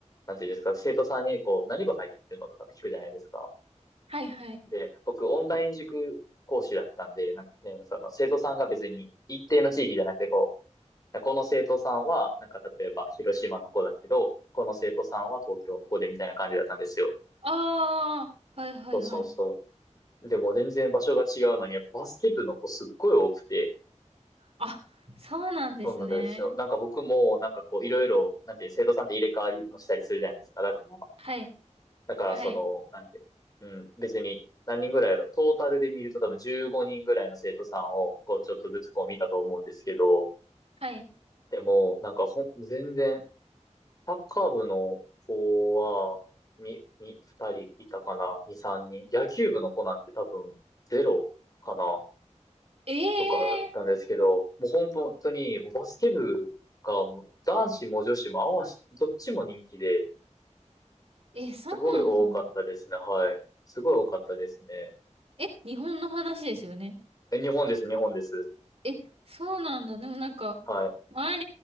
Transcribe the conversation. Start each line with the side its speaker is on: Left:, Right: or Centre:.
Left: なんていうんですか、生徒さんにこう、何部入ってるのとかって聞くじゃないですか。
Right: はいはい。
Left: で、僕、オンライン塾講師だったんで、なんかね、その生徒さんが別に一定の地域じゃなくて、こう、この生徒さんは、なんか例えば広島の子だけど、この生徒さんは東京の子でみたいな感じだったんですよ。
Right: ああ、はいはいはい。
Left: そうそうそう。でも全然場所が違うのに、やっぱバスケ部の子すっごい多くて、
Right: あ、そうなんですね。
Left: そうなんですよ。なんか僕も、なんかこう、いろいろ、なんていう、生徒さんって入れ替わりもしたりするじゃないですか。だから、
Right: はい、
Left: だからその、
Right: はい、
Left: なんて、うん、別に何人ぐらいやろ、トータルで見ると多分15人ぐらいの生徒さんを、こう、ちょっとずつこう見たと思うんですけど、
Right: はい。
Left: でも、なんかほん、全然、サッカー部の子は、に、に、二人いたかな、二、三人。野球部の子なんて多分、ゼロかな、
Right: ええ
Left: とかだったんですけど、もう本当に、もうバスケ部が、もう男子も女子も合わし、どっちも人気で、
Right: ーえ、そうなんだ。
Left: すごい多かったですね、はい。すごい多かったですね。
Right: え、日本の話ですよね。
Left: え日本です、日本です。
Right: え、そうなんだ。でもなんか、
Left: はい。
Right: 周